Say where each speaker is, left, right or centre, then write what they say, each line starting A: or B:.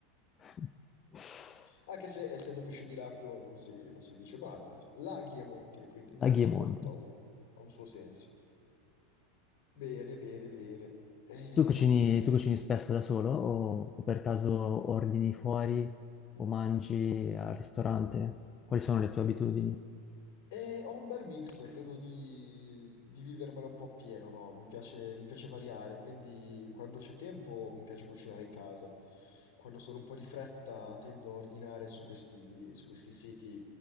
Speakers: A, on the left; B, on the left.
A: <laughs>
B: Anche se essendo pesce di lago non si, non si dice mare, laghi e monti, quindi tutto,
A: Laghi e Monti.
B: tutto ha un, ha un suo senso. Bene, bene, bene. Eh,
A: Tu cucini,
B: sì,
A: tu cucini spesso da solo o, o per caso ordini fuori o mangi al ristorante? Quali sono le tue abitudini?
B: E ho un bel mix, credo di, di vivermela un po' appieno, no? Mi piace, mi piace variare, quindi quando c'è tempo mi piace cucinare in casa. Quando sono un po' di fretta tendo a ordinare su questi, su questi siti